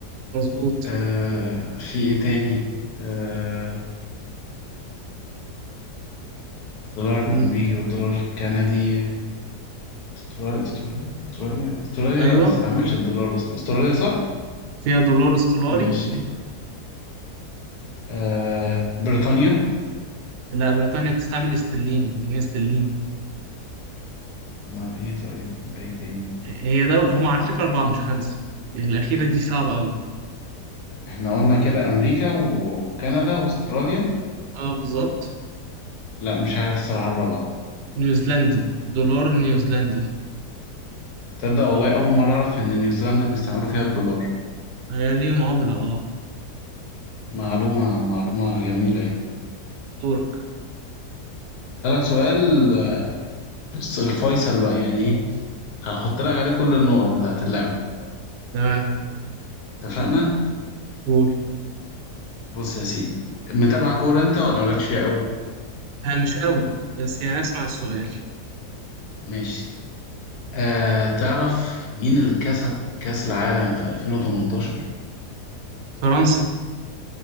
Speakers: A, on the right; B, on the left.
A: مظبوط
B: آه في ايه تاني آه الدولار الامريكي
A: مم.
B: والدولار الكندي استراليا استراليا استراليا استراليا
A: ايوه
B: لا ما تستعملش الدولار أست- استراليا صح
A: فيها دولار استولاري
B: ماشي آه بريطانيا
A: لا بريطانيا بتستعمل استرليني جنيه استرليني
B: امال ايه طيب ايه تاني
A: هي دول هم على فكره اربعه مش خمسه الاخيره دي صعبه قوي
B: احنا قلنا كده امريكا وكندا واستراليا
A: اه بالظبط
B: لا مش عارف الصراحه الرابعه
A: نيوزيلندي دولار نيوزيلندي
B: تصدق والله اول مره اعرف ان نيوزيلندا بيستعملوا فيها الدولار
A: هي ليهم عملة اه
B: معلومه معلومه جميله يعني
A: دورك
B: اسالك سؤال آه، الفيصل بقى يعني ايه هحط لك عليه كل النقط بتاعت اللعبه
A: تمام
B: اتفقنا
A: قول
B: بص يا سيدي متابع كورة انت ولا مالكش فيها قوي
A: انا مش قوي بس يعني اسمع السؤال
B: ماشي آه تعرف مين اللي كسب كأس العالم في 2018
A: فرنسا